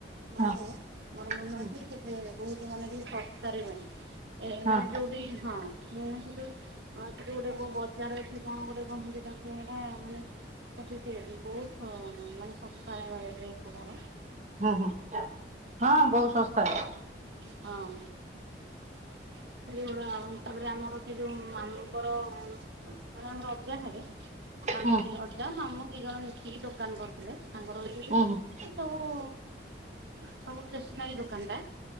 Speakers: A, on the right (about 70°); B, on the right (about 40°).
A: ମନ
B: ହଁ
A: ରଖ୍ ମୋର ମନ ଅଛି। ମାନେ
B: ହୁଁ
A: ଟିକେ ସର୍ତ ରେ ନାହିଁ, ଏ
B: ହଁ
A: ମାନେ ଯୋଉଠି ହଁ ମୁଁ ସେ ହଁ ସେଠୁ ଗୋଟେ କୋଉ ବଜାର ଅଛି କଣ ଗୋଟେ କହନ୍ତୀ ତାକୁ ଏଇଟା ମାନେ ସେଠ ବହୁତ ମାନେ ଶସ୍ତାରେ ମିଳେ ଡ୍ରେସ ଗୁଡ଼ାକ।
B: ହଁ ହଁ ହଁ ବହୁତ ଶସ୍ତାରେ।
A: ହଁ। ସେଗୁଡା ତାପରେ ଆମର ସେ ଯୋଉ ମାମୁଁଙ୍କର କଣ ଆମର ଆଜ୍ଜା ହେବେ ତାଙ୍କ
B: ହୁଁ
A: ର ଦି ଅଜା ମାମୁଁ ଦି ଜଣ ମିଶିକି ଦୋକାନ କରିଥିଲେ, ତାଙ୍କର ଏଇ
B: ହୁଁ ହୁଁ
A: ସବୁ ସବୁ ଷ୍ଟେସନାରୀ ଦୋକାନ ଟା